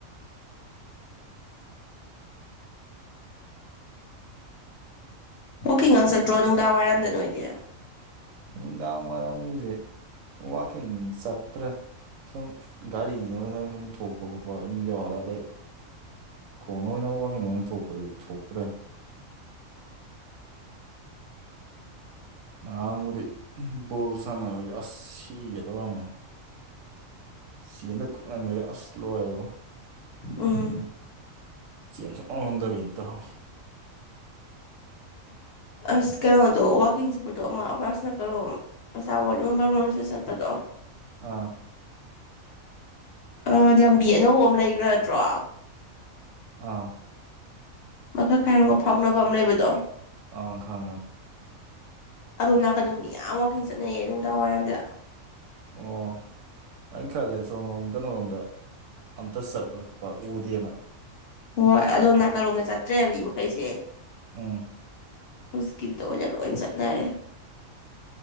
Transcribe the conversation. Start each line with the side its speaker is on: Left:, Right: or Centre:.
Left: ꯋꯥꯀꯤꯡꯒ ꯆꯠꯇ꯭ꯔꯣ ꯅꯨꯡꯗꯥꯡꯋꯥꯏꯔꯝꯗ ꯅꯣꯏꯗꯤ
Right: ꯅꯨꯡꯗꯥꯡ ꯋꯥꯏꯔꯝꯁꯦ ꯋꯥꯀꯤꯡ ꯆꯠꯇ꯭ꯔꯦ ꯁꯨꯝ ꯒꯥꯔꯤꯅ ꯑꯣꯏꯅ ꯁꯨꯝ ꯊꯣꯛꯄ ꯈꯣꯠꯄ ꯑꯗꯨꯝ ꯌꯥꯎꯔꯦ ꯑꯗꯩ ꯈꯣꯡꯅ ꯑꯣꯏꯅ ꯋꯥꯀꯤꯡ ꯑꯣꯏꯅ ꯊꯣꯛꯄꯗꯤ ꯊꯣꯛꯇ꯭ꯔꯦ ꯉꯔꯥꯡꯕꯨꯗꯤ ꯕꯣꯜ ꯁꯥꯟꯅꯕꯩ ꯁꯤꯒꯦ ꯇꯧꯔꯝꯃꯦ ꯁꯤꯅ ꯀꯨꯠꯃꯟꯕꯩ ꯑꯁ ꯂꯣꯏꯔ‌ꯦ
Left: ꯎꯝ
Right: ꯆ‌ꯦꯟ ꯁꯨꯛꯉꯝ ꯉꯝꯗꯕꯤꯅ‌ꯦ ꯇꯩꯔꯤꯁ
Left: ꯑꯁ ꯀꯩꯅꯣꯗꯣ ꯋꯥꯛꯀꯤꯡ ꯆꯠꯄꯗꯣ ꯑꯃ ꯑꯈ‌ꯣꯏ ꯑꯁ‌ꯣꯝ ꯅꯀꯟꯔ‌ꯣꯝ ꯑꯆꯥꯄ‌ꯣꯠ ꯌ‌ꯣꯟꯐꯝꯔ‌ꯣꯝꯁꯤ ꯆꯠꯄꯗꯣ
Right: ꯑꯥ
Left: ꯑꯥ ꯂꯝꯕꯤ ꯑꯅꯧꯕ ꯑꯃ ꯂꯩꯈ꯭ꯔꯗ꯭ꯔꯣ
Right: ꯑꯥ
Left: ꯃꯈꯥ ꯐꯥꯏꯔꯣꯒ ꯐꯥꯎꯅꯕ ꯑꯃ ꯂꯩꯕꯗꯣ
Right: ꯑ ꯈꯪꯉ‌ꯦ ꯈ‌ꯪ
Left: ꯑꯗꯣꯝ ꯅꯥꯀꯟꯗꯣ ꯃꯤ ꯌꯥꯝ ꯋꯥꯛꯀꯤꯡ ꯆꯠꯅꯩꯌꯦ ꯅꯨꯡꯗꯥꯡꯋꯥꯏꯔꯝꯗ
Right: ꯑꯣ ꯑꯩꯅ ꯈꯜꯂꯦ ꯁꯣꯝꯂ‌ꯣꯝ ꯀꯩꯅ‌ꯣꯔꯣꯝꯗ ꯑꯝꯇ ꯆꯠꯂꯛꯄ ꯎꯗꯦꯅ
Left: ꯍꯣꯏ ꯑꯗꯣ ꯅꯥꯀꯜꯂꯣꯝꯗ ꯆꯠꯇ꯭ꯔꯦ ꯃꯤ ꯃꯈꯩꯁꯦ
Right: ꯎꯝ
Left: ꯍꯧꯖꯤꯛꯀꯤꯗꯨꯗ ꯑꯣꯏꯅ ꯂꯣꯏ ꯆꯠꯅꯔꯦ